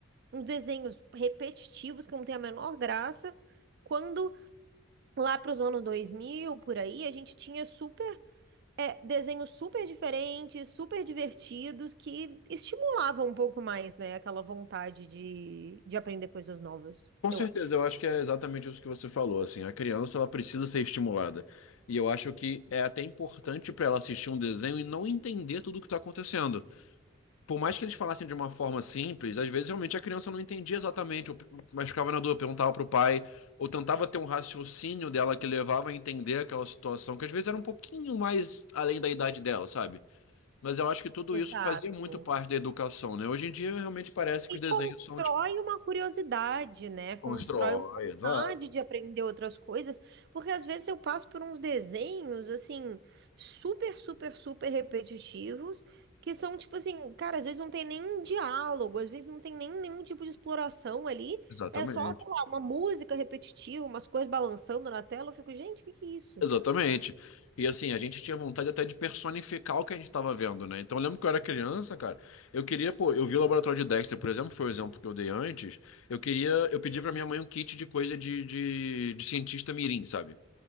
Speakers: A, on the right (about 50°); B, on the left (about 75°).
A: uns desenhos repetitivos que não tem a menor graça. Quando lá para os anos 2000 por aí, a gente tinha super é, desenhos super diferentes, super divertidos, que estimulavam um pouco mais, né, aquela vontade de, de aprender coisas novas,
B: com
A: eu
B: certeza,
A: acho.
B: eu acho que é exatamente isso que você falou, assim, a criança ela precisa ser estimulada. E eu acho que é até importante pra ela assistir um desenho e não entender tudo o que tá acontecendo. por mais que eles falassem de uma forma simples, às vezes realmente a criança não entendia exatamente, ou- mas ficava na dúvida, perguntava pro pai, ou tentava ter um raciocínio dela que levava a entender aquela situação, que às vezes era um pouquinho mais além da idade dela, sabe? Mas eu acho que tudo
A: Exato.
B: isso fazia muito parte da educação, né? Hoje em dia realmente parece que
A: E
B: os desenhos
A: constrói
B: são tipo,
A: uma curiosidade, né?
B: constrói,
A: Constrói uma vontade
B: exato,
A: de aprender outras coisas, porque às vezes eu passo por uns desenhos, assim, super, super, super repetitivos, que são tipo assim, cara, às vezes não tem nem diálogo, às vezes não tem nem nenhum tipo de exploração ali,
B: exatamente.
A: é só, sei lá, uma música repetitiva, umas coisas balançando na tela, eu fico, gente, o que que é isso?
B: Exatamente. E assim, a gente tinha vontade até de personificar o que a gente estava vendo, né? Então, eu lembro que eu era criança, cara. Eu queria, pô, eu vi o laboratório de Dexter, por exemplo, foi o exemplo que eu dei antes. Eu queria, eu pedi pra minha mãe um kit de coisa de, de, de cientista mirim, sabe?